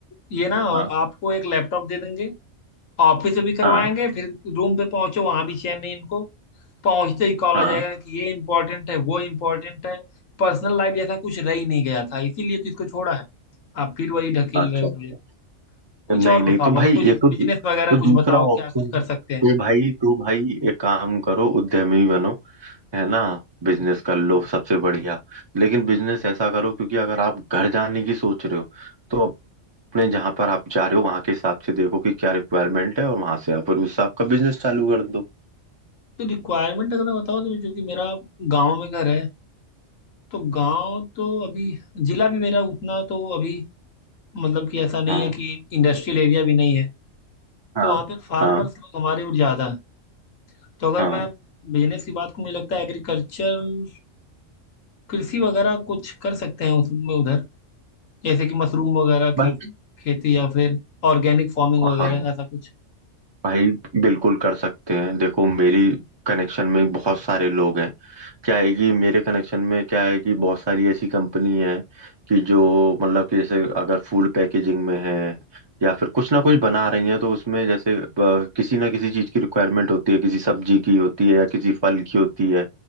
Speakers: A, on the left; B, on the right.
A: ये ना
B: हाँ
A: आपको एक लैपटॉप दे देंगे ऑफिस में भी करवाएंगे
B: हाँ
A: फिर रूम पे पहुंचो वहां भी चैन नहीं इनको पहुंचते ही कॉल
B: हाँ
A: आ जाएगा कि ये इम्पोर्टेंट है वो इम्पोर्टेंट है पर्सनल लाइफ जैसा कुछ रह ही नहीं गया था इसीलिए तो इसको छोड़ा है आप फिर वही ढकेल
B: अच्छा
A: रहे हो
B: अच्छा
A: मुझे कुछ
B: तो नहीं
A: और
B: नहीं
A: बताओ
B: तो भाई
A: मतलब कुछ
B: ये
A: बिजनेस
B: तो तो
A: वगैरह
B: दूसरा
A: कुछ बताओ
B: ऑप्शन
A: क्या कुछ कर
B: है। तो
A: सकते हैं
B: भाई तो भाई एक काम करो उद्यमी बनो है ना बिजनेस कर लो सबसे बढ़िया लेकिन बिजनेस ऐसा करो क्योंकि अगर आप घर जाने की सोच रहे हो तो अपने जहाँ पर आप जा रहे हो वहाँ के हिसाब से देखो कि क्या रिक्वायरमेंट है और वहां से आप फिर उस हिसाब का बिजनेस चालू कर दो
A: तो रिक्वायरमेंट अगर मैं बताऊँ तो चूंकि मेरा गांव में घर है तो गांव तो अभी जिला भी मेरा उतना तो अभी मतलब कि ऐसा नहीं
B: हाँ
A: है कि इंडस्ट्रियल एरिया भी नहीं है
B: हाँ
A: तो वहाँ पे फार्मर्स
B: हाँ
A: लोग हमारे और ज़्यादा हैं तो अगर
B: हाँ
A: मैं बिजनेस की बात को मुझे लगता है एग्रीकल्चर कृषि वगैरह कुछ कर सकते हैं उसमें उधर जैसे कि मशरूम वगैरह
B: भाई
A: की खेती या फिर ऑर्गेनिक फार्मिंग वगैरह
B: हाँ
A: ऐसा कुछ
B: भाई बिल्कुल कर सकते हैं देखो मेरी कनेक्शन में बहुत सारे लोग हैं क्या है कि मेरे कनेक्शन में क्या है कि बहुत सारी ऐसी कंपनी है कि जो मतलब कि जैसे अगर फूड पैकेजिंग में है या फिर कुछ ना कुछ बना रही है तो उसमें जैसे अ, किसी ना किसी चीज़ की रिक्वायरमेंट होती है किसी सब्जी की होती है या किसी फल की होती है